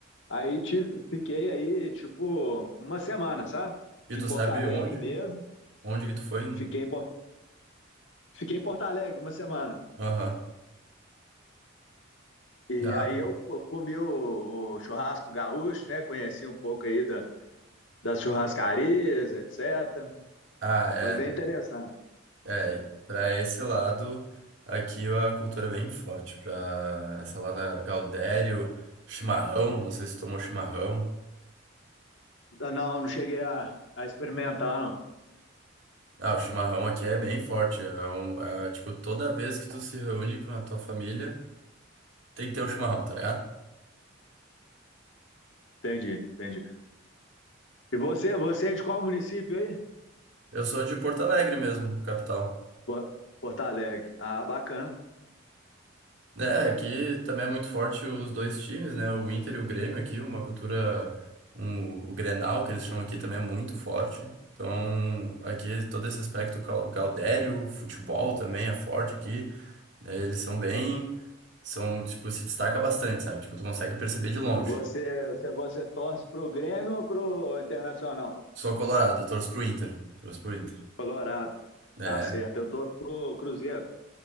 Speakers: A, on the left; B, on the right.
A: Aí tive, fiquei aí, tipo, uma semana, sabe?
B: E
A: Em
B: tu
A: Porto
B: sabe
A: Alegre
B: onde?
A: mesmo.
B: Onde que tu foi?
A: Fiquei em Porto Fiquei em Porto Alegre uma semana.
B: Aham.
A: E
B: Ah,
A: aí
B: pô.
A: eu, comi o, o churrasco gaúcho, né? Conheci um pouco aí da, das churrascarias, etc.
B: Ah, é.
A: Foi bem interessante.
B: É, pra esse lado, aqui a cultura é bem forte. Pra essa lá da Gaudério, chimarrão, não sei se tu tomou chimarrão.
A: Ah, Não, não cheguei a, a experimentar, não.
B: Ah, o chimarrão aqui é bem forte. É um, é, tipo, toda vez que tu se reúne com a tua família, tem que ter um chimarrão, tá ligado?
A: Entendi, entendi. E você, você é de qual município aí?
B: Eu sou de Porto Alegre mesmo, capital.
A: Por- Porto Alegre. Ah, bacana.
B: É, aqui também é muito forte os dois times, né? O Inter e o Grêmio aqui, uma cultura, um- o Grenal, que eles chamam aqui, também é muito forte. Então, aqui todo esse aspecto gal- gaudério, futebol também é forte aqui. É, eles são bem, são, tipo, se destaca bastante, sabe? Tipo, tu consegue perceber de longe.
A: E você, você, você torce pro Grêmio ou pro Internacional?
B: Sou colorado, torço pro Inter. Torço pro Inter.
A: Colorado.
B: É.
A: Tá certo. Eu torço pro Cruzeiro.